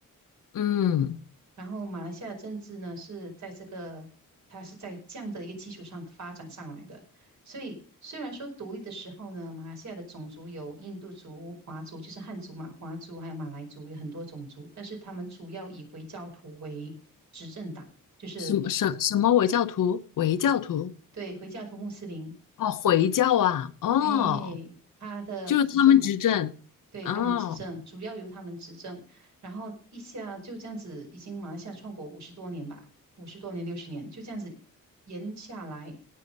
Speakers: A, on the left (about 70°); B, on the right (about 55°).
A: 嗯，
B: 然后马来西亚的政治呢，是在这个，它是在这样的一个基础上发展上来的。所以虽然说独立的时候呢，马来西亚的种族有印度族、华族，就是汉族嘛，华族还有马来族，有很多种族，但是他们主要以回教徒为执政党，就是
A: 什么什什么回教徒？回教徒？
B: 对回教徒、穆斯林
A: 哦，回教啊，哦，
B: 哎，他的执政的，
A: 就是他们执政，
B: 对，
A: 哦。
B: 他们执政，主要由他们执政，然后一下就这样子，已经马来西亚创国五十多年吧，五十多年、六十年，就这样子延下来，